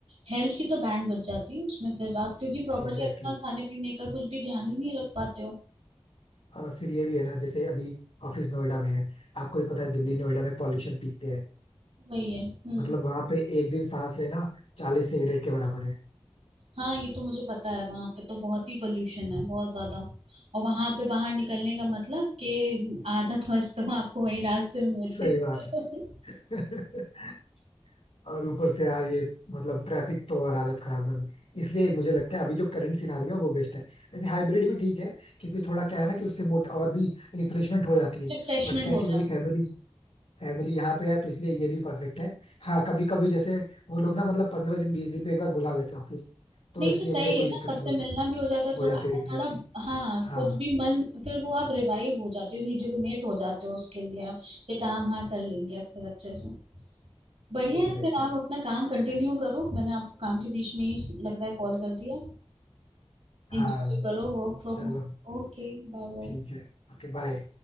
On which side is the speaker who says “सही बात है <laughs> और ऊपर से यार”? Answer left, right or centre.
Left